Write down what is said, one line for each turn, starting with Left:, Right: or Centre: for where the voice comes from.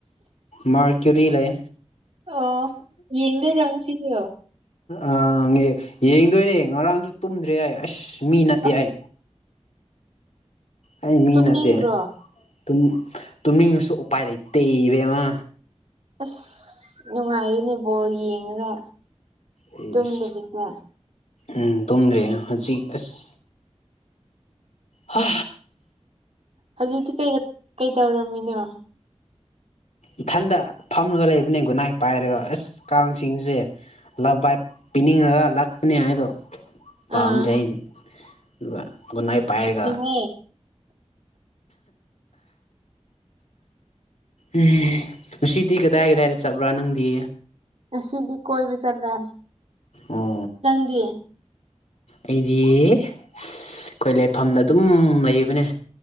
Left: ꯃꯥꯔ ꯀꯔꯤ ꯂꯩ
Right: ꯑꯣ ꯌꯦꯡꯗꯣꯏꯔꯣ ꯉꯁꯤꯁꯨ
Left: ꯑ ꯌꯦꯡꯗꯣꯏꯅꯦ ꯉꯔꯥꯡꯁꯨ ꯇꯨꯝꯗ꯭ꯔꯦ ꯑꯥꯏ ꯑꯁ ꯃꯤ ꯅꯠꯇꯦ
Right: ꯑꯁ
Left: ꯑꯩ ꯑꯩ ꯃꯤ
Right: ꯇꯨꯝꯅꯤꯡꯗ꯭ꯔꯣ
Left: ꯅꯠꯇꯦ ꯇꯨꯝ ꯇꯨꯝꯅꯤꯡꯔꯁꯨ ꯎꯄꯥꯏ ꯂꯩꯇꯦ ꯏꯕꯦꯃꯥ
Right: ꯑꯁ ꯅꯨꯡꯉꯥꯏꯌꯦꯅꯦꯕꯣ ꯌꯦꯡꯉꯒ
Left: ꯑꯩꯁ
Right: ꯇꯨꯝꯗꯕꯤꯗ
Left: ꯎꯝ ꯇꯨꯝꯗ꯭ꯔꯦ ꯍꯧꯖꯤꯛ ꯑꯁ ꯍꯥ
Right: ꯍꯧꯖꯤꯛꯇꯤ ꯀꯩ ꯀꯩ ꯇꯧꯔꯝꯃꯤꯅꯣ
Left: ꯏꯊꯟꯗ ꯐꯝꯂꯒ ꯂꯩꯕꯅꯤ ꯒꯨꯠꯅꯥꯏꯠ ꯄꯥꯏꯔꯒ ꯑꯁ ꯀꯥꯡꯁꯤꯡꯁꯦ ꯂꯞ ꯕꯥꯏ ꯄꯤꯅꯤꯡꯉꯒ ꯂꯥꯛꯄꯅꯦ ꯍꯥꯏꯗꯣ ꯄꯥꯝꯗꯦ
Right: ꯑꯥ
Left: ꯑꯩꯗꯤ ꯑꯗꯨꯒ ꯒꯨꯟꯅꯥꯏꯠ ꯄꯥꯏꯔꯒ
Right: ꯍꯦ
Left: ꯎꯝ ꯉꯁꯤꯗꯤ ꯀꯗꯥꯏ ꯀꯗꯥꯏꯗ ꯆꯠꯕ꯭ꯔꯥ ꯅꯪꯗꯤ
Right: ꯉꯁꯤꯗꯤ ꯀꯣꯏꯕ ꯆꯠꯂꯦ
Left: ꯑꯣ
Right: ꯅꯪꯗꯤ
Left: ꯑꯩꯗꯤ ꯑꯩꯈꯣꯏ ꯂꯩꯐꯝꯗ ꯑꯗꯨꯝ ꯂꯩꯕꯅꯦ